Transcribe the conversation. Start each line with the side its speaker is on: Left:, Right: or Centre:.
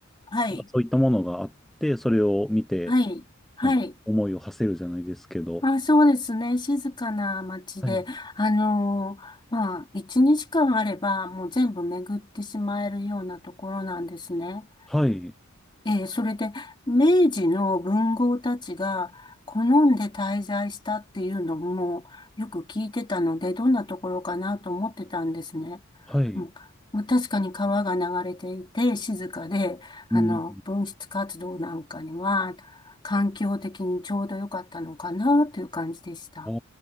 Left: はい。
Centre: なんかそういったものがあって、それを見て、
Left: はい。はい。
Centre: あの、思いを馳せるじゃないですけど。
Left: あ、そうですね。静かな街で、
Centre: はい。
Left: あのーまあ、一日間あれば、もう全部巡ってしまえるようなところなんですね。
Centre: はい、
Left: えーそれで、明治の文豪たちが好んで滞在したっていうのもよく聞いてたので、どんなところかなと思ってたんですね。
Centre: はい。
Left: うん、まあ確かに川が流れていて、静かで、
Centre: うん。
Left: あの、文筆活動なんかには、環境的にちょうど良かったのかなという感じでした。
Centre: あ